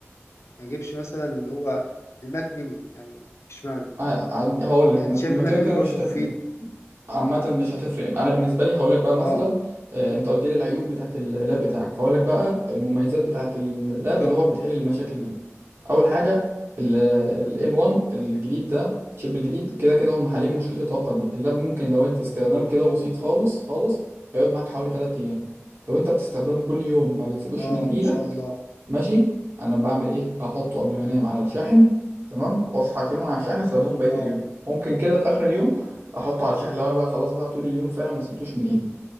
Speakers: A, on the left; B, on the right.
A: ما اجيبش مثلا اللي هو الماك ميني يعني اشمعنى
B: ه- هعد- هقول لك
A: يعني
B: مثلا
A: شايف
B: ما
A: الماك
B: كده كده
A: ميني برضو
B: مش هتفرق
A: مفيد
B: عامة مش هتفرق انا بالنسبة لي هقول لك بقى مثلا
A: اه
B: آه، انت قلت لي العيوب بتاعت اللاب بتاعك فهقول لك بقى المميزات بتاعت اللاب
A: اه
B: اللي هو بتحل المشاكل دي اول حاجة الام 1 الجديد ده الشيب الجديد كده كده هم حالين مشكلة الطاقة دي اللاب ممكن لو انت استخدام كده بسيط خالص خالص هيقعد معاك حوالي 3 ايام لو انت بتستخدمه كل يوم ما بتسيبوش
A: اه
B: من
A: ان
B: ايدك
A: شاء الله
B: ماشي انا بعمل ايه بحطه قبل ما انام على الشاحن تمام واصحى اشيله من على الشاحن استخدمه بقيه
A: اه
B: اليوم ممكن كده في اخر اليوم احطه على الشاحن
A: مم.
B: لو انا بقى خلاص بقى طول اليوم فعلا ما سبتوش من ايدي